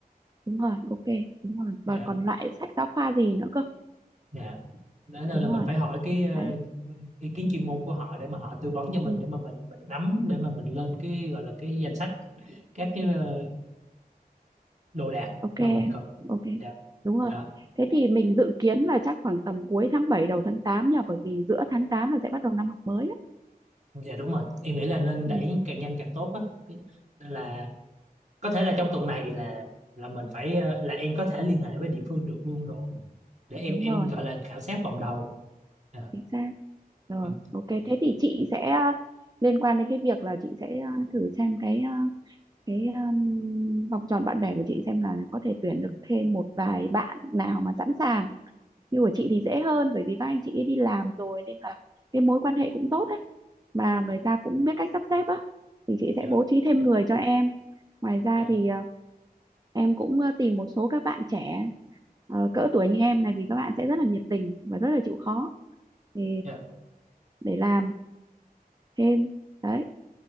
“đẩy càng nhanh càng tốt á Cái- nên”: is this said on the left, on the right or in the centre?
Right